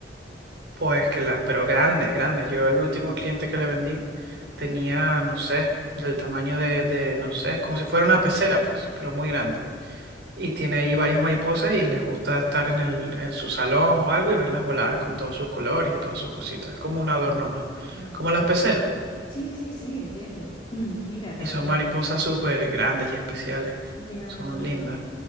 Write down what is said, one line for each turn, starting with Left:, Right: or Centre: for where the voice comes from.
Right: Pues que las, pero grandes, grandes. Yo el último cliente que le vendí tenía, no sé, del tamaño de, de, no sé, es como si fuera una pecera, pues, pero muy grande. Y tiene ahí varias mariposas y les gusta estar en el, en su salón o algo y verlas volar con todos sus colores y todas sus cositas. Es como un adorno más,
Left: ni-
Right: como
Left: ya.
Right: las peceras.
Left: Sí, sí, sí, entiendo. <clears throat> Mira, la
Right: Y
Left: verdad
Right: son mariposas
Left: no.
Right: súper grandes y especiales.
Left: Ya,
Right: Son
Left: ya.
Right: lindas.